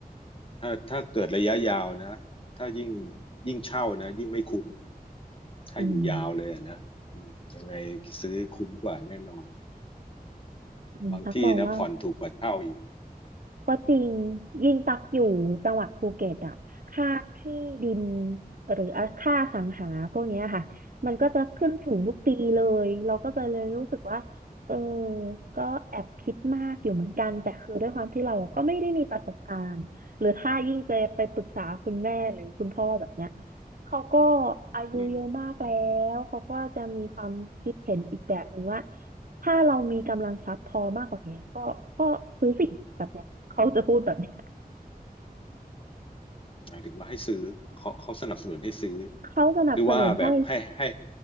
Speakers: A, on the left; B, on the right.
A: ถ้าถ้าเกิดระยะยาวนะถ้ายิ่งยิ่งเช่านะยิ่งไม่คุ้มถ้าอยู่ยาวเลยอะนะอืมยังไงซื้อคุ้มกว่าแน่นอน
B: อืมอืมตักมองว่า
A: บางที่นะผ่อนถูกกว่าเช่าอีก
B: ก็จริงยิ่งตักอยู่จังหวัดภูเก็ตอ่ะค่าที่ดินหรือค่าอสังหาพวกเนี้ยค่ะมันก็จะขึ้นสูงทุกปีเลยเราก็จะเลยรู้สึกว่าเออก็แอบคิดมากอยู่เหมือนกันแต่คือด้วยความที่เราก็ไม่ได้มีประสบการณ์หรือถ้ายิ่งจะไปปรึกษาคุณแม่หรือคุณพ่อแบบเนี้ยเขาก็อายุเยอะมากแล้วเขาก็จะมีความคิดเห็นอีกแบบหนึ่งว่า
A: อืม
B: ถ้าเรามีกำลังทรัพย์พอมากกว่านี้ก็ก็ซื้อสิ่งแบบเนี้ยเขาจะพูดแบบเนี้ย
A: หมายถึงว่าให้ซื้อเขาเขาสนับสนุนให้ซื้อ
B: เขาสนับสนุนให้
A: หรือว่าแบบให้ให้